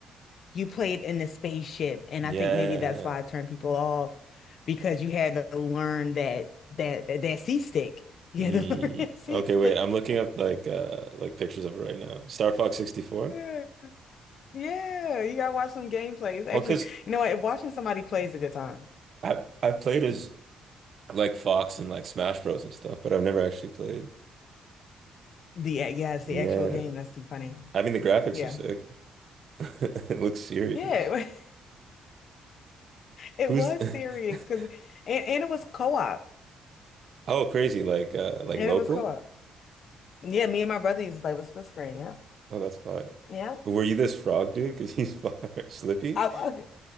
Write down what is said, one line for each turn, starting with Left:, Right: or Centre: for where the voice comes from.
Left: you played in the spaceship, and
Right: Yeah.
Left: I think maybe that's why I turned people off because you had to learn that that that, that C stick. You
Right: Mm.
Left: had to <laughs> learn that C
Right: Okay,
Left: stick.
Right: wait. I'm looking up like uh like pictures of it right now. Star Fox 64.
Left: Yeah, yeah. You gotta watch some gameplay. It's actually,
Right: Well, because
Left: you know what? Watching somebody play is a good time.
Right: I I played as like Fox and like Smash Bros and stuff, but I've never actually played.
Left: The yeah, it's the
Right: Yeah.
Left: actual game. That's too funny.
Right: I mean the graphics
Left: Yeah.
Right: are sick. <laughs> It looks serious.
Left: Yeah, <laughs> It
Right: Who's
Left: was
Right: <laughs>
Left: serious because and, and it was co-op.
Right: Oh, crazy. Like uh like
Left: And
Right: local?
Left: it was co-op. Yeah, me and my brother used to play with split screen. Yeah.
Right: Oh, that's fire.
Left: Yeah.
Right: Were you this frog dude? Because he's fire. <laughs> Slippy?
Left: I,